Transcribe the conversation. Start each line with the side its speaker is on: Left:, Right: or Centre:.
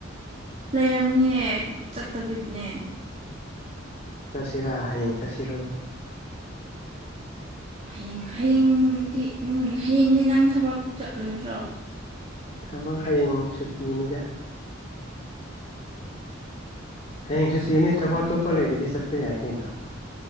Right: ꯂꯩꯔꯝꯅꯤꯌꯦ ꯆꯠꯇꯕꯒꯤꯅꯦ
Left: ꯆꯠꯁꯤꯔꯥ ꯍꯌꯦꯡ ꯆꯠꯁꯤꯔꯣ
Right: ꯍꯌꯦꯡ ꯍꯌꯦꯡꯗꯤ ꯍꯌꯦꯡꯗꯤ ꯅꯪ ꯊꯕꯛ ꯆꯠꯂꯣꯏꯗ꯭ꯔꯣ
Left: ꯊꯕꯛ ꯍꯌꯦꯡ ꯁꯨꯇꯤꯅꯤꯗ ꯍꯌꯦꯡ ꯁꯨꯇꯤꯅꯦ
Right: ꯁꯨꯇꯤ
Left: ꯊꯕꯛ ꯑꯇꯣꯞꯄ ꯂꯩꯇꯗꯤ ꯆꯠꯄ ꯌꯥꯏ ꯀꯩꯅꯣ